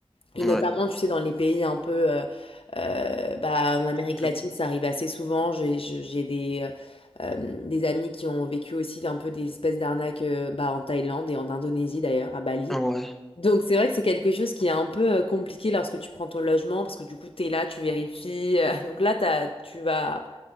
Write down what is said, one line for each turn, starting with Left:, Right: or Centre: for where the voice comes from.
Left: Et
Centre: ouais,
Left: notamment, tu sais, dans les pays un peu, euh, euh, bah, en Amérique latine,
Centre: le-
Left: ça arrive assez souvent. J'ai, j'ai j'ai des, euh, euh, des amis qui ont vécu aussi un peu des espèces d'arnaques, euh, bah, en Thaïlande et en Indonésie d'ailleurs, à Bali.
Centre: ouais.
Left: Donc c'est vrai que c'est quelque chose qui est un peu euh, compliqué lorsque tu prends ton logement parce que du coup t'es là, tu vérifies. euh, <laughs> donc là t'as, tu vas,